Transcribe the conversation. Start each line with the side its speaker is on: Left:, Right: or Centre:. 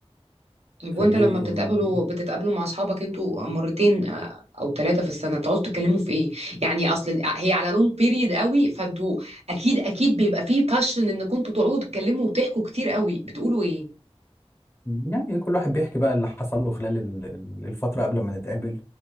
Right: طيب
Left: فدي
Right: وانت لما بتتقابلوا
Left: يعني دي
Right: بتتقابلوا مع اصحابك انتوا مرتين آه، او ثلاثه في السنه بتقعدوا تتكلموا في ايه يعني اصل هي على لونج بيريد قوي فانتوا اكيد اكيد بيبقى فيه باشن انكم انتوا تقعدوا تتكلموا وتحكوا كتير قوي بتقولوا ايه
Left: يعني كل واحد بيحكي بقى اللي حصل له خلال ال- ال- الفترة قبل ما نتقابل